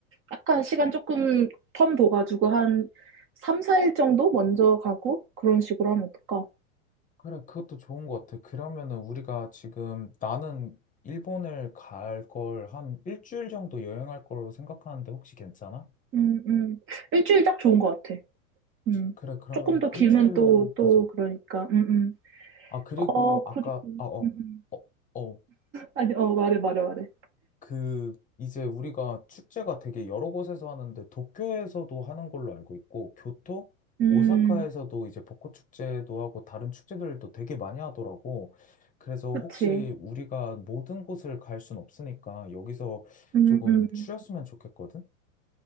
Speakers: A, on the right; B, on the left.
A: 약간 시간 조금 텀 둬가지고 한 3, 4일 정도 먼저 가고 그런 식으로 하면 어떨까?
B: 그래, 그것도 좋은 것 같아. 그러면은 우리가 지금 나는 일본을 갈 걸 한 일주일 정도 여행할 걸로 생각하는데 혹시 괜찮아?
A: 음, 음. 일주일 딱 좋은 것 같아. 음.
B: 그래, 그러면
A: 조금 더 길면
B: 일주일로
A: 또, 또
B: 하자.
A: 그러니까. 음, 음.
B: 아, 그리고
A: 어, 그리고.
B: 아까,
A: 음,
B: 아, 어,
A: 음.
B: 어, 어,
A: 아니, 어, 말해, 말해, 말해.
B: 그, 이제 우리가 축제가 되게 여러 곳에서 하는데, 도쿄에서도 하는 걸로 알고 있고, 교토?
A: 음,
B: 오사카에서도 이제 벚꽃 축제도 하고, 다른 축제들도 되게 많이 하더라고. 그래서
A: 그치.
B: 혹시 우리가 모든 곳을 갈 순 없으니까, 여기서
A: 음,
B: 조금
A: 음.
B: 추렸으면 좋겠거든?